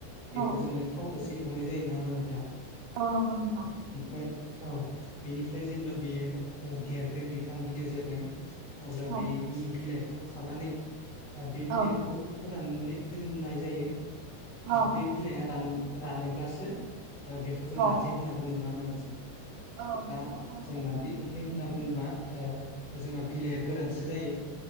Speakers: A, on the right (about 80°); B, on the left (about 45°).
A: औ
B: बेखौ जोंनिया थावदोसो एवनाय जायो नङा होनबा नोंथां?
A: औ नंगौ नोंथां
B: ओमफ्राय औ बेनिफ्राय जेब्ला बेयो देरगोन बिफां गिदिर जागोन <unintelligible> अब्ला
A: औ
B: बे बि-बिलाइ खौ खानानै ओ बे बिलाइखौ
A: औ
B: फो राननानै दोननाय जायो। आरो
A: औ
B: बे बिलाइया रान रानोब्लासो ओ बेखौ जों
A: औ
B: नारजि होनना बुङो नङा होनबा जि
A: औ नोंथां
B: दा जों नारजि ओंख्रि होनना बुंबा ओ जोंहा बिलाइया गोरानसो जायो।